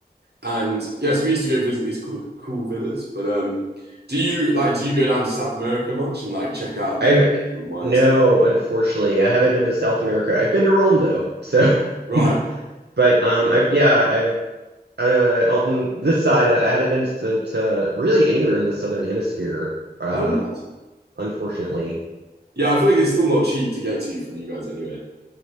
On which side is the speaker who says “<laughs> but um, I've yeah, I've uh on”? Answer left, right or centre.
Right